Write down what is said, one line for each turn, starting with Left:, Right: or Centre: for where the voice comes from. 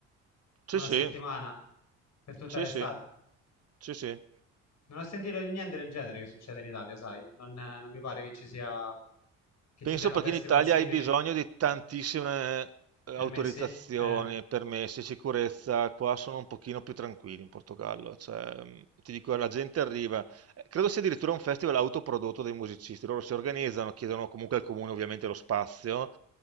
Right: Sì,
Left: una
Right: sì,
Left: settimana per tutta
Right: sì,
Left: l'estate.
Right: sì, sì, sì.
Left: Non ho sentito di niente del genere che succede in Italia, sai? Non, eh, non mi pare che ci sia, che
Right: Penso
Left: ci siano
Right: perché
Left: festival
Right: in Italia
Left: simili
Right: hai bisogno di tantissime eh,
Left: permessi.
Right: autorizzazioni,
Left: Eh,
Right: permessi, sicurezza. Qua sono un pochino più tranquilli in Portogallo. Cioè, mh, ti dico, la gente arriva. eh, Credo sia addirittura un festival autoprodotto dei musicisti. Loro si organizzano, chiedono comunque al comune ovviamente lo spazio